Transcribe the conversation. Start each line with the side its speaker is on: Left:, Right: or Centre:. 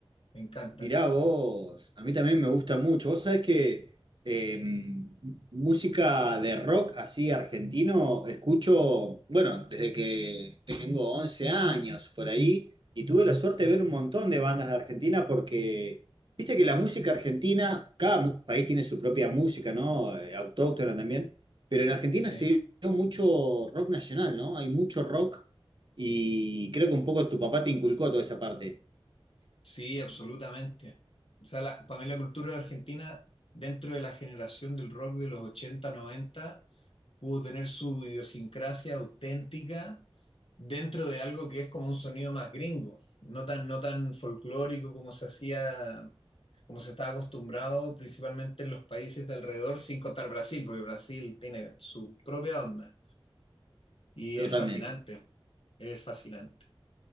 Left: Me encantan.
Right: Mirá vos, a mí también me gusta mucho. Vos sabés que eh, música de rock así argentino escucho, bueno, desde que tengo 11 años por ahí, y tuve la suerte de ver un montón de bandas de Argentina porque, viste que la música argentina, cada mu- país tiene su propia música, ¿no? Eh, Autóctona también, pero en Argentina
Left: ¿sí?
Right: se dio mucho rock nacional, ¿no? Hay mucho rock y creo que un poco tu papá te inculcó toda esa parte,
Left: Sí, absolutamente. O sea, la, para mí la cultura argentina, dentro de la generación del rock de los 80 90 pudo tener su idiosincrasia auténtica dentro de algo que es como un sonido más gringo, no tan, no tan folclórico como se hacía, como se estaba acostumbrado principalmente en los países de alrededor, sin contar Brasil, porque Brasil tiene su propia onda y
Right: totalmente.
Left: es fascinante, es fascinante.